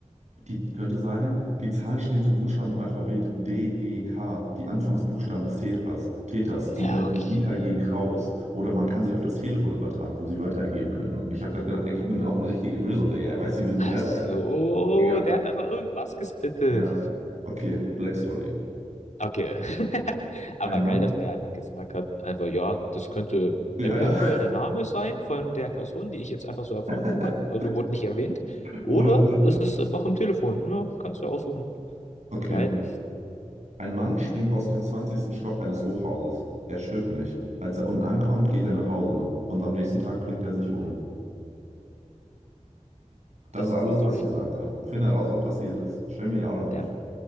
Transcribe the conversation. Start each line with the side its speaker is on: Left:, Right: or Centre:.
Right: die könnte sein, die Zahlen stehen für Buchstaben im Alphabet. D, G, K, die Anfangsbuchstaben des Täters, Täters, zum
Left: Ja,
Right: Beispiel
Left: okay.
Right: Dieter G. Kraus. Oder man kann sie auf das Telefon übertragen, wo sie Wörter ergeben könnten. Ich habe gerade gedacht, er gibt mir auch eine richtige Lösung, Digga. Er weiß die Lösung
Left: Ach
Right: selber
Left: so,
Right: gar nicht. Egal.
Left: der hat einfach irgendwas gespittet.
Right: Ja. Okay, Black Story.
Left: Okay. <laughs> Aber
Right: Ein Mann?
Left: geil, dass der einfach gesagt hat, einfach, ja, das könnte
Right: Ja,
Left: eventuell
Right: ja.
Left: der Name sein von der Person, die ich jetzt einfach so erfunden
Right: <laughs>
Left: habe. Also wurde nicht erwähnt. Oder
Right: Ohne Sinn.
Left: es ist einfach im Telefon. Ja, kannst du ja aussuchen.
Right: Okay.
Left: Ja, geil.
Right: Ein Mann springt aus dem zwanzigsten Stock eines Hochhauses. Er stirbt nicht. Als er unten ankommt, geht er nach Hause. Und am nächsten Tag bringt er sich um. Das
Left: Das
Right: ist alles,
Left: ist die Story.
Right: was ich dir sagen kann. Finde heraus, was passiert ist. Stell mir ja oder nein.
Left: Der,